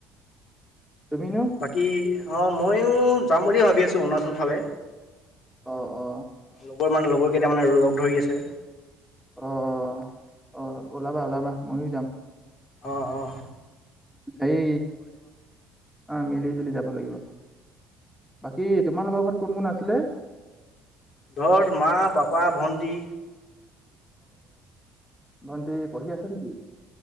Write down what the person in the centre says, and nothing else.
তুমিনো
অ অ
আহ আহ ওলাবা ওলাবা ময়ো যাম
এই অঁ মিলি জুলি যাব লাগিব বাকী তোমালোকৰ ঘৰত কোন কোন আছিলে?
ভণ্টি পঢ়ি আছে নেকি?